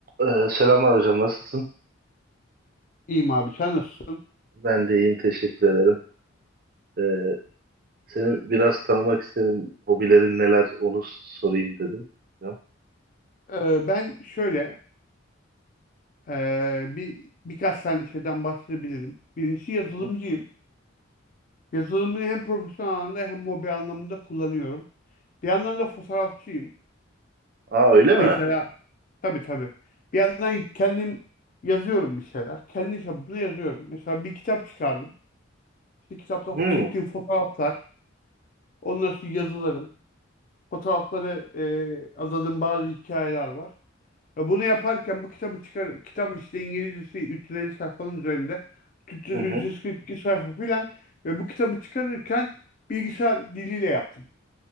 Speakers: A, on the right; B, on the left.
A: Ee, selamlar hocam, nasılsın?
B: İyiyim abi sen nasılsın?
A: Ben de iyiyim, teşekkür ederim. Ee, seni biraz tanımak istedim. Hobilerin neler, onu sorayım dedim. Hocam.
B: Ee, ben şöyle e, bir birkaç tane şeyden bahsedebilirim. Birincisi yazılımcıyım.
A: Hı hı.
B: Yazılımı hem profesyonel anlamda hem hobi anlamında kullanıyorum. Bir yandan da fotoğrafçıyım.
A: Aa öyle mi?
B: Mesela tabii tabii. Bir yandan kendim yazıyorum bir şeyler. Kendi çapımda yazıyorum. Mesela bir kitap çıkardım. İşte kitapta
A: Hı
B: çektiğim fotoğraflar, ondan sonra yazılarım. Fotoğrafları e, azadığım bazı hikayeler var. Ve bunu yaparken bu kitabı çıkar, kitap işte İngilizcesi 350 sayfanın üzerinde, Türkçesi
A: hı. hı.
B: 342 sayfa filan ve bu kitabı çıkarırken bilgisayar diliyle yaptım.